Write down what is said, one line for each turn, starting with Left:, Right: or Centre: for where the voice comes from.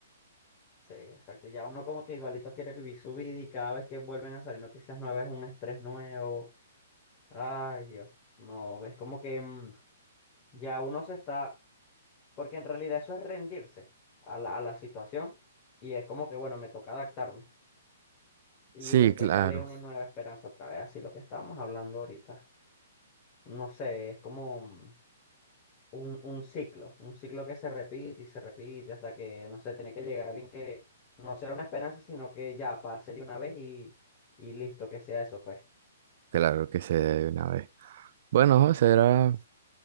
Left: Sí, exacto. Ya uno como que igualito quiere vivir su vida y cada vez que vuelven a salir noticias nuevas es un estrés nuevo. Ay, Dios. No, es como que mm, ya uno se está, porque en realidad eso es rendirse a la, a la situación y es como que, bueno, me toca adaptarme. Y
Right: Sí,
Left: después
Right: claro,
Left: sale una nueva esperanza otra vez, así lo que estábamos hablando ahorita. No sé, es como un, un ciclo, un ciclo que se repite y se repite hasta que, no sé, tiene que llegar alguien que no sea una esperanza, sino que ya pase de una vez y, y listo, que sea eso, pues.
Right: claro que se debe una vez. Bueno, José, era